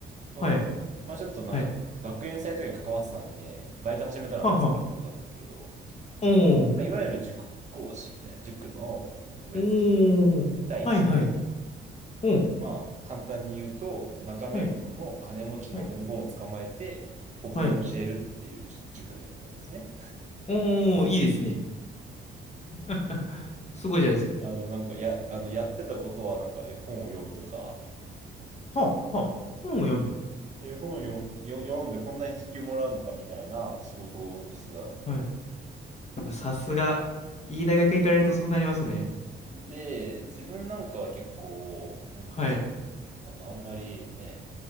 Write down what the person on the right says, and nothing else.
の、まあ、ちょっとなんか、
学園祭とかに関わってたんで、バイト始めたのは夏からだったんですけど、
いわゆる塾講師みたいな、塾の個別指導みたいな、
1対1。
まあ、簡単に言うと、中目黒の金持ちのボンボンを捕まえて、
国語を教えるっていう塾だったんですね。
あの、なんか、や、あの、やってたことは、なんか、絵本を読むとか、
絵本を読よ読んでこんなに時給もらうのかみたいな仕事をしてたんですね。
で、自分なんかは結構、なんていうんですか、
あの、あんまりね、